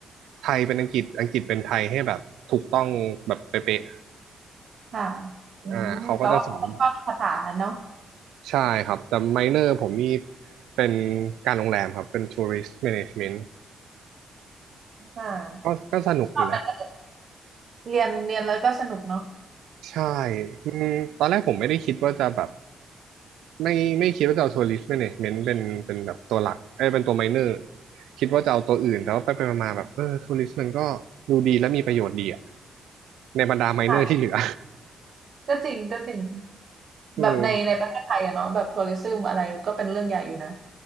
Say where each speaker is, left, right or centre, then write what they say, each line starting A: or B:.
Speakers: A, on the right; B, on the right.
A: ไทยเป็นอังกฤษ อังกฤษเป็นไทยให้แบบถูกต้องแบบเป๊ะ
B: ค่ะ
A: ๆอ่าเขาก็จะสอน
B: อืมแปลว่าเป็นคนชอบภาษาเนาะ
A: ใช่ครับ แต่ไมเนอร์ผมนี่เป็นการโรงแรมครับเป็น Tourist Management
B: ค่ะ
A: ก็ก็สนุกอยู่นะ
B: ชอบมันก็เรียนเรียนแล้วก็สนุกเนาะ
A: ใช่อืมตอนแรกผมไม่ได้คิดว่าจะแบบไม่ไม่คิดว่าจะเอาทัวริสต์แมเนจเมนต์เป็นเป็นแบบตัวหลักเอ้ยเป็นตัวไมเนอร์คิดว่าจะเอาตัวอื่นแต่ว่าไปไปมาๆแบบเออทัวริสต์มันก็ดูดีและมีประโยชน์ดีอะในบรรดาไมเนอร์ที่เหลือ
B: ค่ะก็จริงก็จริง
A: <laughs> เออ
B: แบบในในประเทศไทยอะเนาะแบบทัวริซึมอะไรก็เป็นเรื่องใหญ่อยู่นะ